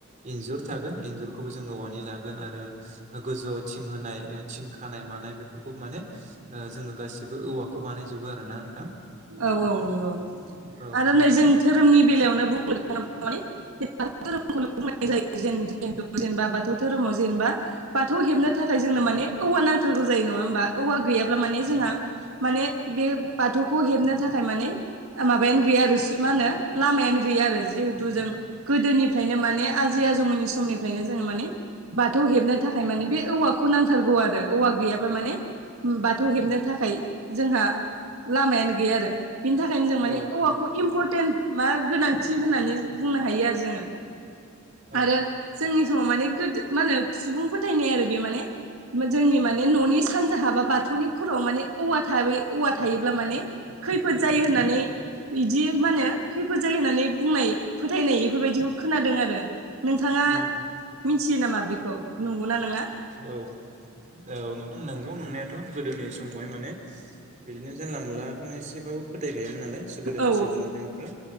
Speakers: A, on the right; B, on the right.
A: इन्जुर थागोन इन्जुरखौ जों औवानि लागोन आरो गोजौ आव थिं होनाय थिं खानाय मानाय खौ माने ओ जोङो गासिबो औवाखौ बानायजोबो आरो ना नोंथां
B: औ औ नंगौ
A: औ
B: आरो
A: नंगौ
B: नै
A: नोंथां
B: जों धोरोमनि बेलायावनो बुंनो थाङोब्ला माने थौ धोरोमखौ बुं जायो जेनेबा बाथौ धोरोमाव जेनेबा बाथौ हेब <unintelligible> थाखाय जोंनो मानि औवा नांथारगौ जायो नङा होमबा औवा गैयाबा अब्ला माने जोंहा
A: औ
B: माने बे बाथौखौ हेबनो थाखाय माने माबायानो गैया आरो मा होनो लामायानो गैया आरो जिहेथु जों गोदोनिफ्रायनो माने आजि जनि समनिफ्रायनो जोङो माने बाथौ हेबनो थाखाय माने बे औवाखौ नांथारगौ आरो औवा गैयाबा माने बाथौ हेबनो थाखाय जोंहा लामायानो गैया आरो बिनि थाखायनो जों माने
A: औ
B: औवाखौ
A: औ
B: इम्परटेन्ट मा गोनांथि होननानै बुंनो हायो आरो जोङो
A: औ
B: आरो जोंनि माने गोदो मा होनो सुबुं फोथायनाय आरो बे माने जोंनि माने न'नि सानजाहाब बा बाथौनि खर'आव माने औवा थाब औवा थायोबा अब्ला माने खैफोद जायो होननानै बिदि मा होनो खैफोद जायो होननानै बुंनाय फोथायनाय बेफोरबायदिखौ खोनादों आरो नोंथाङा
A: उम
B: मिथियो नामा बेखौ नंगौना नङा
A: औ औ नोंथां नंगौ नोंनायाथ' गोदोनि समावहाय माने बिदिनो जानला मोनलाखौनो एसेबो फोथायखायोमोन नालाय गोदोनि
B: औ
A: सुबुं अनजिफ्रा